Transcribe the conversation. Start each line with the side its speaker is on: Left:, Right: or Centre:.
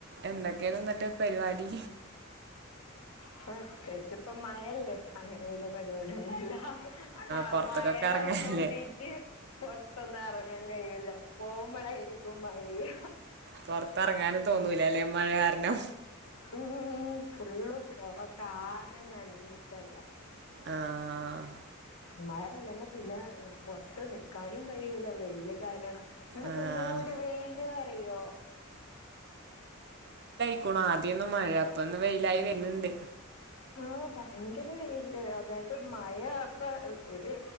Right: എന്തൊക്കെയാ ഇന്നട്ട് പരിവാടി?
Left: പ്രേതെയ്ച്ച്പ്പൊ മഴല്ലേ, അങ്ങനെ വല്യയ പരിവാടിയൊന്നുല്ല. ആഹ്
Right: പൊറത്തൊക്കൊക്കെ
Left: മയേനെ
Right: എറങ്ങാല്ലേ
Left: നോക്കീറ്റ് പൊർത്തൊന്നും എറങ്ങാൻ കഴിയൂല്ല പോകുമ്പോളായിരി ക്കും മയെയ്യ.
Right: പൊർത്തറങ്ങാനും തോന്നൂല ലേ മഴ കാരണം
Left: ഉം ഫുള്ള് പൊറൊക്ക ആകെ നനഞ്ഞിട്ടല്ലേ.
Right: ആഹ്
Left: മഴ ഇല്ലെങ്കി പിന്നെ പൊറത്ത് നിക്കാനും കഴിയൂല വെയില് കാരണം ഇന്നൊക്കെ
Right: ആഹ്
Left: എന്തോര് വെയില് അറിയോ?
Right: ക്കൊണ് ആദ്യയിന്നു മഴ ഇപ്പൊന്ന് വെയിലായി വര്ന്ണ്ട്.
Left: ആഹ് ഭയങ്കര വെയില അതായത് മഴ ഇപ്പ ഒരു